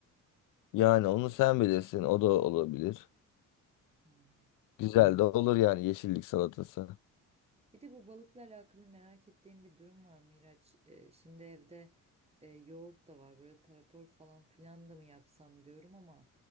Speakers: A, on the left; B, on the right.
A: Yani onu sen bilirsin. O da olabilir.
B: Hmm.
A: Güzel de olur yani yeşillik salatası.
B: Bir de bu balıkla alakalı merak ettiğim bir durum var Miraç. Ee, şimdi evde e, yoğurt da var böyle tarator falan filan da mı yapsam diyorum ama